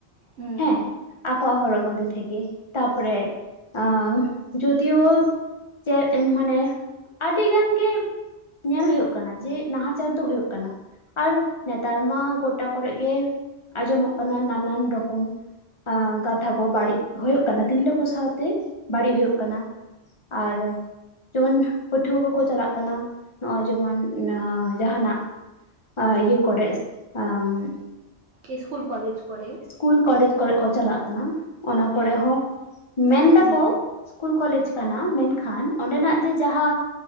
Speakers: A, on the right; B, on the left.
A: ᱦᱩᱸ
B: ᱦᱮᱸ ᱟᱠᱚᱣᱟᱜ ᱦᱚᱨᱚᱜ ᱵᱟᱸᱫᱮ ᱛᱷᱮᱠᱮ ᱛᱟᱯᱚᱨᱮ ᱟᱸ ᱡᱩᱫᱤᱭᱳ ᱪᱮᱜ ᱮᱱ ᱢᱟᱱᱮ ᱟᱹᱰᱤ ᱜᱟᱱ ᱜᱮ ᱧᱮᱞ ᱦᱩᱭᱩᱜ ᱠᱟᱱᱟ ᱡᱮ ᱱᱟᱦᱟᱪᱟᱨ ᱫᱚ ᱦᱩᱭᱩᱜ ᱠᱟᱱᱟ᱾ ᱟᱨ ᱱᱮᱛᱟᱨ ᱢᱟ ᱜᱚᱴᱟ ᱠᱚᱨᱮ ᱜᱮ ᱟᱸᱡᱚᱢᱚᱜ ᱠᱟᱱᱟ ᱱᱟᱱᱟᱱ ᱨᱚᱠᱚᱢ ᱮᱸ ᱠᱟᱛᱷᱟ ᱠᱚ ᱵᱟᱹᱲᱤᱡ ᱦᱩᱭᱩᱜ ᱠᱟᱱᱟ ᱛᱤᱨᱞᱟᱹ ᱥᱟᱶᱛᱮ ᱵᱟᱹᱲᱤᱡ ᱦᱩᱭᱩᱜ ᱠᱟᱱᱟ᱾ ᱟᱨ ᱡᱮᱢᱚᱱ ᱯᱟᱹᱴᱷᱩᱣᱟᱹ ᱠᱚᱠᱚ ᱪᱟᱞᱟᱜ ᱠᱟᱱᱟ ᱱᱚᱜᱼᱚᱭ ᱡᱮᱢᱚᱱ ᱱᱚ ᱡᱟᱦᱟᱸᱱᱟᱜ ᱟᱸ ᱤᱭᱟᱹ ᱠᱚᱨᱮᱥ ᱟᱸ
A: ᱤᱥᱠᱩᱞ ᱠᱚᱞᱮᱡᱽ ᱠᱚᱨᱮ,
B: ᱠᱩᱞ ᱠᱚᱞᱮᱡᱽ ᱠᱚᱨᱮ ᱠᱚ ᱪᱟᱞᱟᱜ ᱠᱟᱱᱟ ᱚᱱᱟ
A: ᱦᱮᱸ
B: ᱠᱚᱨᱮ ᱦᱚᱸ ᱢᱮᱱ ᱫᱟᱠᱚ
A: ᱦᱩᱸ
B: ᱠᱩᱞ ᱠᱟᱞᱮᱡᱽ ᱠᱟᱱᱟ ᱢᱮᱱᱠᱷᱟᱱ ᱚᱸᱰᱮᱱᱟᱜ ᱡᱮ ᱡᱟᱦᱟᱸ